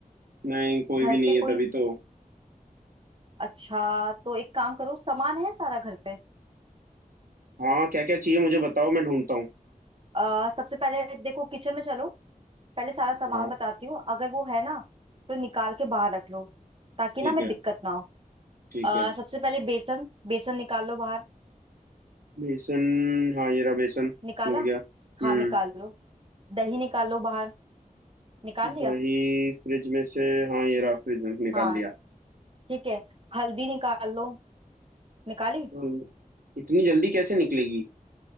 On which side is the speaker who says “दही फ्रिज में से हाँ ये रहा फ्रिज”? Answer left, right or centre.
Right